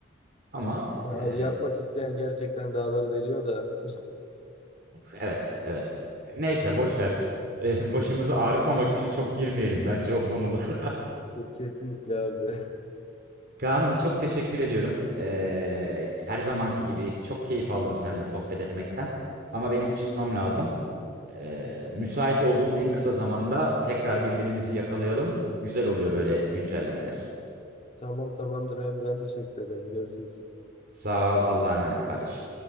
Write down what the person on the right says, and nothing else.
Ama
e,
evet evet. Neyse boş ver. E, başımızı ağrıtmamak için çok girmeyelim bence o konulara.
Kaan'ım çok teşekkür ediyorum. Ee, her zamanki gibi çok keyif aldım seninle sohbet etmekten. Ama benim çıkmam lazım. Ee,
müsait olduğun en kısa zamanda tekrar birbirimizi yakalayalım. Güzel oluyor böyle güncellemeler.
Sağ ol, Allah'a emanet kardeşim.